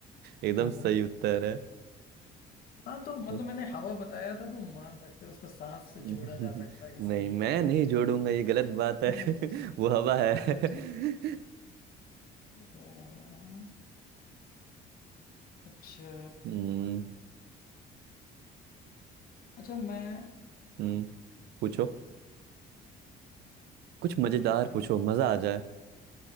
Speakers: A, on the right (about 75°); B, on the left (about 60°).
A: एकदम
B: हाँ
A: सही उत्तर है
B: हाँ, तो मतलब
A: <laughs>
B: मैंने हवा बताया था तो मान सकते हो उसको सांस से
A: नहीं
B: जोड़ा जा सकता है कि सही
A: मैं
B: है
A: नहीं जोड़ूंगा ये गलत बात है
B: <laughs>
A: <laughs> वो हवा है
B: अच्छा
A: <laughs>
B: हाँ, अच्छा
A: हम्म
B: अच्छा मैं
A: हम्म, पूछो कुछ मजेदार
B: यार लेकिन
A: पूछो मजा आ जाए